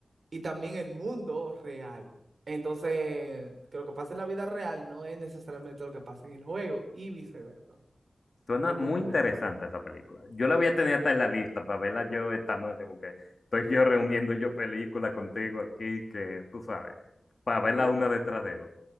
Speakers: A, on the right; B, on the left.
A: y también el mundo real. Entonces, que lo que pasa en la vida real no es necesariamente lo que pasa en el juego y viceversa.
B: Suena
A: Es
B: muy
A: muy buena.
B: interesante esa película. Yo la voy a tener hasta en la lista para verla yo esta noche, porque estoy yo reuniendo yo películas contigo aquí, que tú sabes, para verla
A: Sí.
B: una detrás de otra.